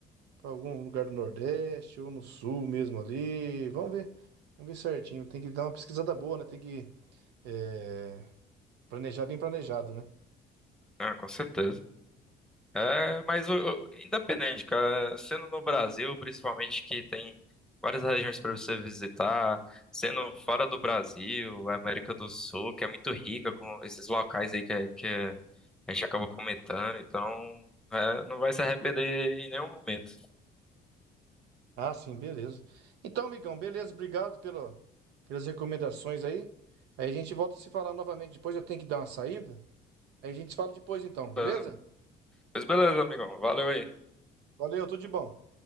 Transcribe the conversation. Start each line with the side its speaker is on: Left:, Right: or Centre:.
Right: algum lugar do Nordeste ou no Sul mesmo ali. Vamos ver, vamos ver certinho. Tem que dar uma pesquisada boa, né? Tem que é, planejar bem planejado, né?
Centre: Ah, com certeza. É, mas o- o- independente, cara, sendo no Brasil, principalmente que tem várias regiões para você visitar, sendo fora do Brasil, América do Sul, que é muito rica com esses locais aí que, é- que é- a gente acaba comentando, então é, não vai se arrepender em nenhum momento.
Right: Ah, sim, beleza. Então, amigão, beleza, obrigado pela, pelas recomendações aí. Aí a gente volta a se falar novamente depois. Eu tenho que dar uma saída. Aí a gente se fala depois, então, beleza?
Centre: Mas- Pois beleza, amigão, valeu aí.
Right: Valeu, tudo de bom.